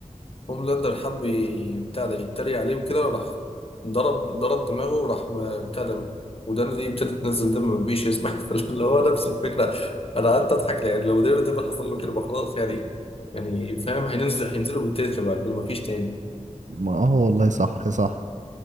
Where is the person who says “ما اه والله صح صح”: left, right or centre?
Right